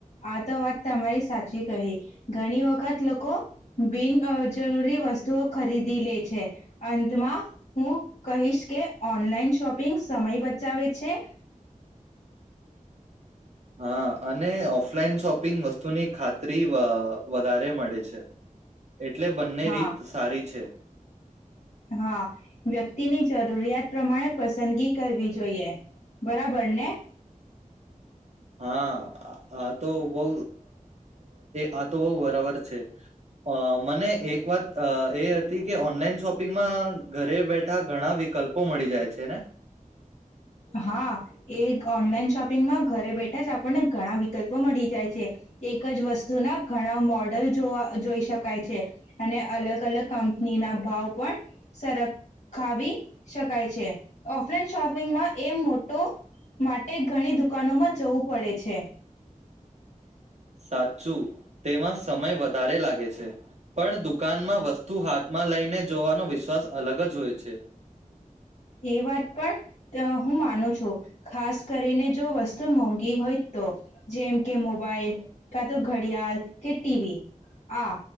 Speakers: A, on the left; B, on the right.
A: આ તો વાત તમારી સાચી કહી ઘણી વખત લોકો બિનજરૂરી વસ્તુઓ ખરીદી લે છે અંતમાં હું કહીશ કે ઓનલાઈન શોપિંગ સમય બચાવે છે.
B: હા અને ઓફલાઈન શોપિંગ વસ્તુની ખાતરી વધારે મળે છે. એટલે બંને
A: હા
B: રીત સારી છે.
A: હા વ્યક્તિની જરૂરિયાત પ્રમાણે પસંદગી કરવી જોઈએ બરાબર ને.
B: હા આ તો બહુ આ તો બહ બરાબર છે મને એક વાત એ હતી કે ઓનલાઈન શોપિંગમાં ઘરે બેઠા ઘણા વિકલ્પો મળી જાય છે ને
A: હા એ ઓનલાઈન શોપિંગમાં ઘરે બેઠા જ આપણને ઘણા વિકલ્પો મળી જાય છે એક જ વસ્તુના ઘણા મોડલ જોવા જોઈ શકાય છે અને અલગ અલગ કંપની ના ભાવ પણ સરખાવી શકાય છે ઓફલાઈન શોપિંગમાં એ મોટો માટે ઘણી દુકાનોમાં જવું પડે છે.
B: સાચું તેમાં સમય વધ વધારે લાગે છે પણ દુકાનમાં વસ્તુ હાથમાં લઈને જોવાનો વિશ્વાસ અલગ જ હોય છે.
A: એ વાત પણ હું માનું છું ખાસ કરીને જો વસ્તુ મોંઘી હોય તો જેમ કે મોબાઈલ કા તો ઘડિયાળ કે ટીવી આ